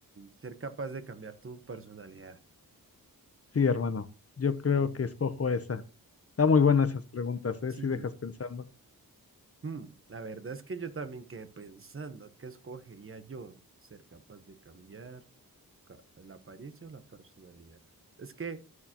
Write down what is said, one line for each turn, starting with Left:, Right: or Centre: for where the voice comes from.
Right: Ser capaz de cambiar tu personalidad.
Left: Sí, hermano, yo creo
Right: Mm,
Left: que escojo esa. Está muy buena esas preguntas, ¿eh?
Right: Sí.
Left: Si dejas pensando.
Right: mm, La verdad es que yo también quedé pensando, ¿qué escogería yo? ¿Ser capaz de cambiar ca- la apariencia o la personalidad? Es que,